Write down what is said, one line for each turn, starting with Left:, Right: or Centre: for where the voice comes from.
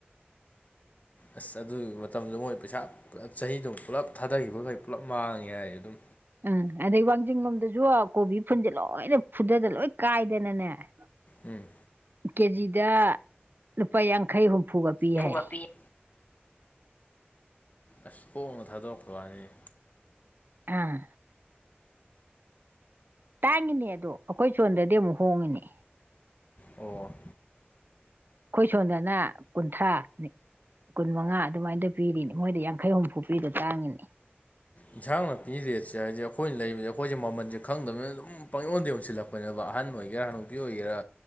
Left: ꯑꯁ ꯑꯗꯨꯒꯤ ꯃꯇꯝꯗꯣ ꯃꯣꯏ ꯄꯩꯁꯥ ꯄꯨꯞ ꯆꯍꯤꯗꯣ ꯄꯨꯂꯞ ꯊꯥꯗꯈꯤꯕꯈꯩ ꯄꯨꯜꯂꯞ ꯃꯥꯡꯉꯦ ꯍꯥꯏ ꯑꯗꯨꯝ
Right: ꯎꯝ ꯑꯗꯩ ꯋꯥꯡꯖꯤꯡ ꯂꯣꯝꯗꯖꯨ ꯀꯣꯕꯤ ꯐꯨꯟꯖꯦ ꯂꯣꯏꯅ ꯐꯨꯗꯗꯅ ꯂꯣꯏ ꯀꯥꯏꯗꯅꯅꯦ <inaudible>
Left: ꯎꯝ
Right: ꯀꯦꯖꯤꯗ ꯂꯨꯄꯥ ꯌꯥꯡꯈꯩ ꯍꯨꯝꯐꯨꯒ ꯄꯤ
Left: ꯐꯨꯒ
Right: ꯍꯥꯏꯌꯦ꯫
Left: ꯄꯤ ꯑꯁ ꯍꯣꯡꯅ ꯊꯥꯗꯣꯔꯛꯄ ꯋꯥꯅꯤꯅꯦ
Right: ꯑꯥ ꯇꯥꯡꯉꯤꯅꯦ ꯑꯗꯣ ꯑꯩꯈꯣꯏ ꯁꯣꯟꯗꯗꯤ ꯑꯃꯨꯛ ꯍꯣꯡꯉꯤꯅꯦ
Left: ꯑꯣ
Right: ꯑꯩꯈꯣꯏ ꯁꯣꯟꯗꯅ ꯀꯨꯟꯊ꯭ꯔꯥ ꯅꯤ ꯀꯨꯟ ꯃꯉꯥ ꯑꯗꯨꯃꯥꯏꯅ ꯄꯤꯔꯤꯅꯤ ꯃꯣꯏꯗ ꯌꯥꯡꯈꯩ ꯍꯨꯝꯐꯨ ꯄꯤꯗꯣ ꯇꯥꯡꯉꯤꯅꯤ
Left: ꯏꯟꯁꯥꯡ ꯅꯥꯄꯤꯒꯤ ꯔꯦꯠꯁꯦ ꯍꯥꯏꯗꯤ ꯑꯩꯈꯣꯏꯅ ꯂꯩꯕꯖꯦ ꯑꯩꯈꯣꯏ ꯖꯦ ꯃꯃꯟ ꯖꯦ ꯈꯪꯗꯕꯅꯤꯅ ꯑꯗꯨꯝ ꯄꯪ ꯌꯣꯟꯗ ꯌꯟꯁꯤꯜꯂꯛꯄ ꯐꯅꯕ ꯑꯍꯥꯟꯕ ꯑꯣꯏꯒꯦꯔꯥ ꯍꯅꯨꯕꯤ ꯑꯣꯏꯒꯦꯔꯥ